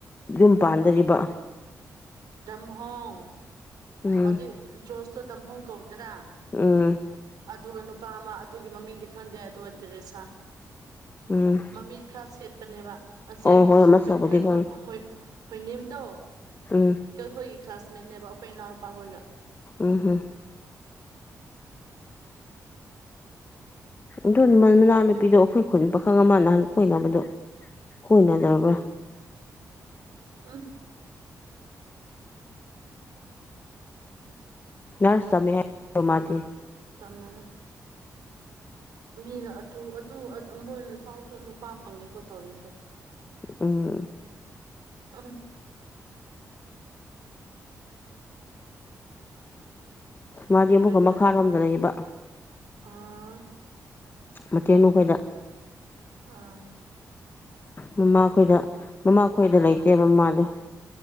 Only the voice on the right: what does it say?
ꯇꯝꯍꯣꯡ
ꯍꯧꯖꯤꯛ ꯖꯣꯔꯁꯇꯣ ꯇꯝꯍꯣꯡ ꯀꯧꯗ꯭ꯔꯥ
ꯑꯗꯨꯒ ꯅꯨꯄꯥ ꯑꯃ ꯑꯗꯨꯒꯤ ꯃꯃꯤꯡꯗꯤ ꯈꯪꯗꯦ ꯑꯗꯨꯒ ꯇꯦꯔꯦꯁꯥ
ꯃꯃꯤꯠ ꯈꯔ ꯁꯦꯠꯄꯅꯦꯕ ꯑꯁꯤ
ꯍꯣꯏ
ꯍꯣꯏ ꯍꯣꯏꯅꯦꯝꯗꯣ
ꯑꯩꯈꯣꯏꯒꯤ ꯀ꯭ꯂꯥꯁꯃꯦꯠꯅꯦꯕ ꯑꯩꯈꯣꯏ ꯏꯅꯥꯎꯅꯨꯄꯥ ꯈꯣꯏꯒ
ꯎꯝ
ꯇꯝ ꯃꯅꯦ ꯃꯤꯅ ꯑꯗꯨ ꯑꯗꯨ ꯃꯣꯏꯅ ꯁꯥꯎꯁꯨ ꯅꯨꯄꯥ ꯐꯪꯉꯦꯀꯣ ꯇꯧꯔꯤꯁꯦ
ꯑ ꯑꯝ
ꯑꯩꯈꯣꯏꯅ
ꯑꯥ
ꯑꯥ